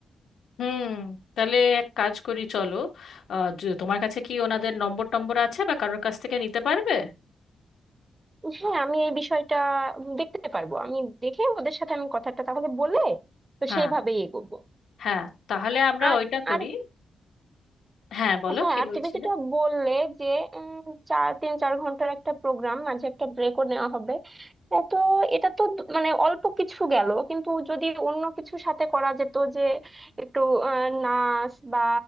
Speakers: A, on the left; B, on the right.
A: হুম তাহলে এক কাজ করি চলো আহ, য- তোমার কাছে কি ওনাদের নম্বর টম্বর আছে বা কারোর কাছ থেকে নিতে পারবে
B: হ্যাঁ আমি এই বিষয়টা দেখতে পারবো আমি দেখে ওদের সাথে আমি কথাটা তাহলে বলে তো
A: হ্যাঁ
B: সেইভাবেই এগোবো
A: হ্যাঁ তাহলে আমরা
B: আর
A: ওইটা করি
B: আর
A: হ্যাঁ বলো
B: হ্যাঁ
A: কি
B: আর
A: বলছিলে
B: তুমি যেটা বললে যে উম, চার তিন চার ঘন্টার একটা প্রোগ্রাম মাঝে একটা ব্রেকও নেওয়া হবে এ তো এটা তো দু- মানে অল্প কিছু গেল কিন্তু যদি অন্য কিছুর সাথে করা যেত যে একটু আহ, নাচ বা